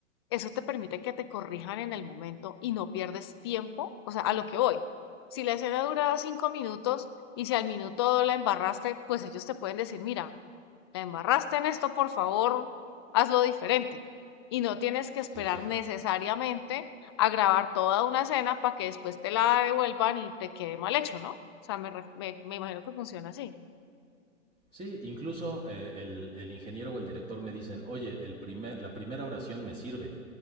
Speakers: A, on the left; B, on the right.
A: eso te permite que te corrijan en el momento y no pierdes tiempo, o sea, a lo que voy. Si la escena duraba cinco minutos y si al minuto la embarraste, pues ellos te pueden decir, mira, la embarraste en esto, por favor, hazlo diferente. Y no tienes que
B: Sí,
A: esperar
B: exacto.
A: necesariamente a grabar toda una escena para que después te la devuelvan y te quede mal hecho, ¿no? O sea, me, re- me me imagino que funciona así.
B: Sí, incluso eh, el, el ingeniero o el director me dicen, oye, el primer, la primera oración me sirve.